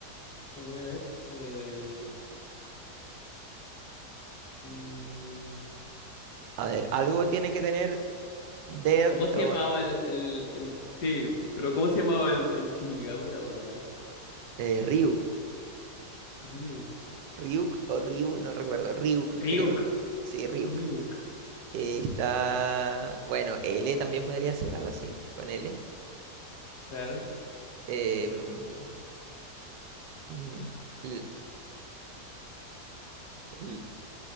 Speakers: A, on the left (about 70°); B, on the right (about 85°).
A: A ver. eh, mm,
B: A ver, algo tiene que tener Dead
A: ¿cómo se
B: o
A: llamaba el, el, el- Sí, pero ¿cómo se llamaba el, el Shinigami? ¿Te acordáis?
B: eh, Ryuk.
A: Ryuk.
B: Ryuk o Ryu, no recuerdo. Ryuk,
A: Ryuk.
B: creo. Sí, Ryuk.
A: Ryuk.
B: Eh, está. Bueno, L también podría ser algo así, con L.
A: Claro.
B: Em,
A: Ryuk, eh.
B: mm, l- l-